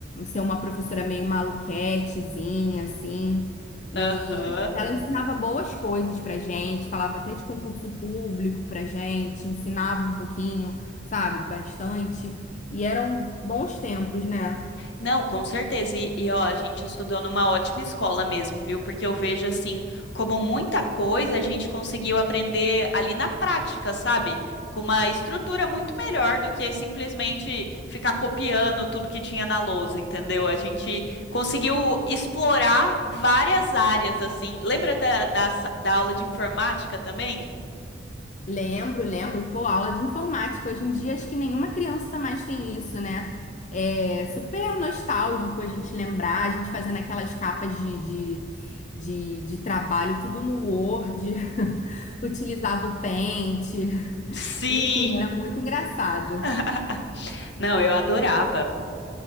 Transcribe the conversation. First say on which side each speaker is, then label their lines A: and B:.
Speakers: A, on the left; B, on the left.
A: ser uma professora meio maluquetezinha, assim. E
B: Aham.
A: ela ensinava boas coisas pra gente, falava até de concurso público pra gente, ensinava um pouquinho, sabe, bastante. E eram bons tempos, né?
B: Não, com certeza. E, e, ó, a gente estudou numa ótima escola mesmo, viu? Porque eu vejo assim, como muita coisa a gente conseguiu aprender ali na prática, sabe? Com uma estrutura muito melhor do que simplesmente ficar copiando tudo que tinha na lousa, entendeu? A gente conseguiu explorar várias áreas, assim. Lembra da, da, sa- da aula de informática também?
A: Lembro, lembro. Pô, aula de informática. Hoje em dia, acho que nenhuma criança mais tem isso, né? É super nostálgico a gente lembrar, a gente fazendo aquelas capas de, de, de, de trabalho, tudo no Word, <laughs> utilizava o Paint.
B: Sim!
A: Enfim, era muito engraçado.
B: <laughs> Não, eu adorava.